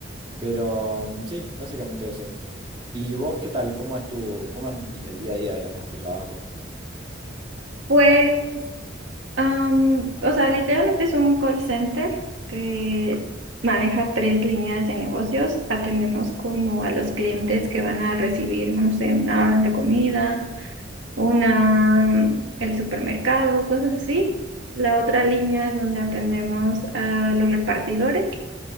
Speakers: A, on the right; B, on the right.
A: Pero mm, sí, básicamente eso. ¿Y vos qué tal? ¿Cómo es tu, cómo es un di- el día a día, digamos, en tu trabajo?
B: Pues, am, o sea, literalmente es un call center que maneja tres líneas de negocios. Atendemos como a los clientes que van a recibir, no sé, una orden de comida, una, mm, el supermercado, cosas así. La otra línea es donde atendemos a los repartidores